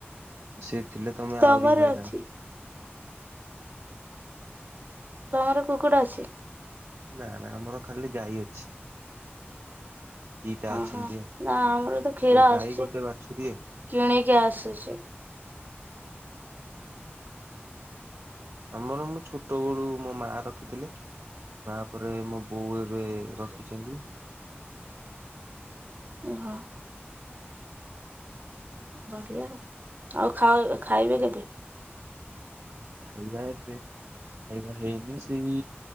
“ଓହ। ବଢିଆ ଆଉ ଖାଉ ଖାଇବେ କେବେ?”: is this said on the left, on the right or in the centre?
Right